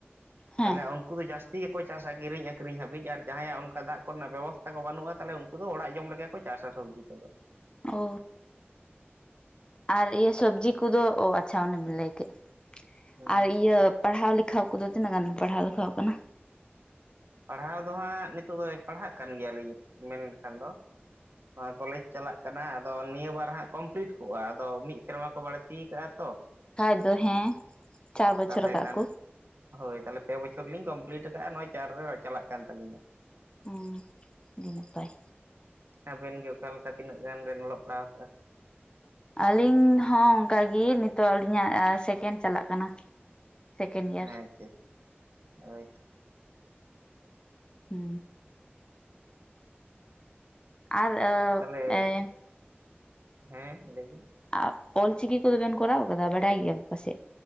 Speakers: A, on the left; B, on the right.
A: ᱦᱮᱸ
B: ᱛᱟᱦᱞᱮ ᱩᱱᱠᱩ ᱫᱚ ᱡᱟᱹᱥᱛᱤ ᱜᱮᱠᱚ ᱪᱟᱥᱟ, ᱠᱤᱨᱤᱧ ᱟᱠᱷᱨᱤᱧ ᱦᱟᱹᱵᱤᱡ ᱟᱨ ᱡᱟᱦᱟᱸᱭᱟᱜ ᱚᱱᱠᱟ ᱫᱟᱜ ᱠᱚᱨᱮᱱᱟᱜ ᱵᱮᱵᱚᱥᱛᱟ ᱠᱚ ᱵᱟᱹᱱᱩᱜ-ᱟ ᱛᱟᱦᱚᱞᱮ ᱩᱱᱠᱩ ᱫᱚ ᱚᱲᱟᱜ ᱡᱚᱢ ᱞᱮᱜᱮ ᱠᱚ ᱪᱟᱥᱟ ᱥᱚᱵᱽᱡᱤ ᱠᱚᱫᱚ᱾
A: ᱳ, ᱟᱨ ᱤᱭᱟᱹ ᱥᱚᱵᱽᱡᱤ ᱠᱚᱫᱚ ᱚ ᱟᱪᱪᱷᱟ ᱚᱱᱮᱢ ᱞᱟᱹᱭ ᱠᱮᱜ
B: ᱦᱮᱸ
A: ᱟᱨ ᱤᱭᱟᱹ ᱯᱟᱲᱦᱟᱣ ᱞᱮᱠᱷᱟ ᱠᱚᱫᱚ ᱛᱤᱱᱟᱹᱜ ᱜᱟᱱ ᱯᱟᱲᱦᱟᱣ ᱞᱮᱠᱷᱟᱣ ᱠᱟᱱᱟ?
B: ᱯᱟᱲᱦᱟᱣ ᱫᱚ ᱦᱟᱸᱜ ᱱᱤᱛᱚᱜ ᱫᱚ ᱯᱟᱲᱦᱟᱜ ᱠᱟᱱ ᱜᱮᱭᱟᱞᱤᱧ ᱢᱮᱱ ᱞᱮᱠᱷᱟᱱ ᱫᱚ ᱠᱚᱞᱮᱡᱽ ᱪᱟᱞᱟᱜ ᱠᱟᱱᱟ ᱟᱫᱚ ᱱᱤᱭᱟᱹ ᱵᱟᱨ ᱦᱟᱸᱜ ᱠᱚᱢᱯᱞᱤᱴ ᱠᱚᱜ-ᱟ ᱟᱫᱚ ᱢᱤᱫ ᱥᱮᱨᱢᱟ ᱠᱚ ᱵᱟᱹᱲᱛᱤᱤᱭ ᱟᱠᱟᱟᱜ-ᱟ ᱛᱚ
A: ᱦᱚᱭ ᱛᱚ ᱦᱮᱸ ᱪᱟᱨ ᱵᱚᱪᱷᱚᱨ
B: ᱛᱟᱦᱚᱞᱮ
A: ᱟᱠᱟᱫ
B: ᱠᱷᱟᱱ
A: ᱠᱚ
B: ᱦᱳᱭ ᱛᱟᱦᱚᱞᱮ ᱯᱮ ᱵᱚᱪᱷᱚᱨ ᱞᱤᱧ ᱠᱚᱢᱯᱞᱤᱴ ᱟᱠᱟᱟᱜ-ᱟ ᱱᱚᱜᱭ ᱪᱟᱨ ᱨᱮ ᱪᱟᱞᱟᱜ ᱠᱟᱱ ᱛᱟᱹᱞᱤᱧᱟ
A: ᱚ ᱟᱹᱰᱤ ᱱᱟᱯᱟᱭ
B: ᱟᱵᱮᱱ ᱜᱮ ᱚᱠᱟᱞᱮᱠᱟ ᱛᱤᱱᱟᱹᱜ ᱜᱟᱱ ᱵᱮᱱ ᱚᱞᱚᱜ ᱯᱟᱲᱦᱟᱣ ᱠᱟᱜ-ᱟ᱾
A: ᱟᱹᱞᱤᱧ ᱦᱚᱸ ᱚᱱᱠᱟᱜᱤ ᱱᱤᱛᱚᱜ ᱟᱹᱞᱤᱧᱟᱜ ᱥᱮᱠᱮᱱᱰ ᱪᱟᱞᱟᱜ ᱠᱟᱱᱟ ᱥᱮᱠᱮᱱᱰ ᱤᱭᱟᱨ
B: ᱟᱪᱪᱷᱟ ᱟᱪᱪᱷᱟ ᱦᱟᱭᱛᱚ
A: ᱦᱩ ᱟᱨ ᱮ
B: ᱛᱟᱦᱚᱞᱮ ᱦᱮᱸ ᱞᱟᱹᱭᱵᱤᱱ
A: ᱟᱨ ᱚᱞ ᱪᱤᱠᱤ ᱠᱚᱫᱚ ᱵᱮᱮᱱ ᱠᱚᱨᱟᱣ ᱟᱠᱟᱫᱟ ᱵᱟᱰᱟᱭ ᱜᱮᱭᱟ ᱯᱟᱥᱮᱡ